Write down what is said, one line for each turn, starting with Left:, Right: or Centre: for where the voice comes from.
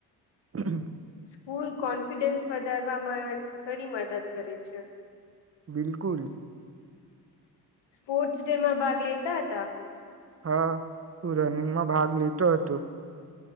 Right: <unintelligible>
Left: ફૂલ કોન્ફિડન્સ વધારવામાં ઘણી મદદ કરે છે.
Right: બિલકુલ.
Left: સ્પોર્ટ્સ ડે માં ભાગ લેતા હતા?
Right: હા હું રનિંગમાં ભાગ લીતો હતો.